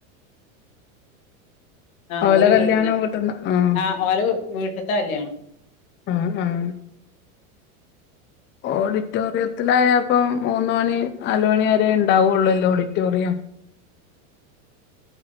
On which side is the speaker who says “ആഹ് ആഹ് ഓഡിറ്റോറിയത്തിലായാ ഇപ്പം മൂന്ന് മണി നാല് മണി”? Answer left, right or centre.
Left